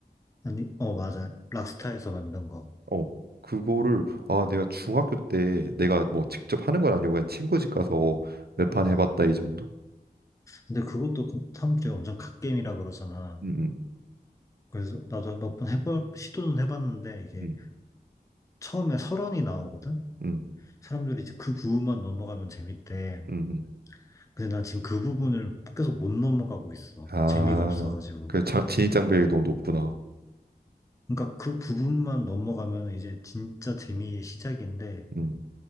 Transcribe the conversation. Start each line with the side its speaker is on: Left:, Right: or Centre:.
Left: 아니, 어, 맞아. 락스타에서 만든 거.
Right: 어, 그거를 아 내가 중학교 때 내가 뭐 직접 하는 건 아니고 그냥 친구 집 가서 몇 판
Left: 어.
Right: 해봤다 이 정도.
Left: 근데 그것도 그 사람들이 엄청 갓겜이라 그러잖아.
Right: 음, 음,
Left: 그래서 나도 몇 번 해볼, 시도는 해봤는데 이게
Right: 음,
Left: 처음에 설원이 나오거든?
Right: 음,
Left: 사람들이 이제 그 부분만 넘어가면 재밌대.
Right: 음. 음.
Left: 근데 난 지금 그 부분을 계속 못 넘어가고 있어.
Right: 아,
Left: 재미가 없어가지고.
Right: 그 자- 진입 장벽이 너무 높구나.
Left: 그러니까 그 부분만 넘어가면 이제 진짜 재미의 시작인데
Right: 음,